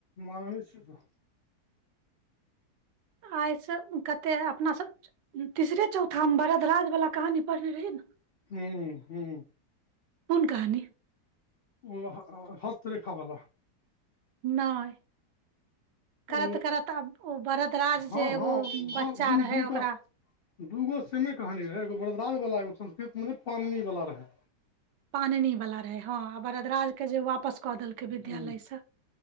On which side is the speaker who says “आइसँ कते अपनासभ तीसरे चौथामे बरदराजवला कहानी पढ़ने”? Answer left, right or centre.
Right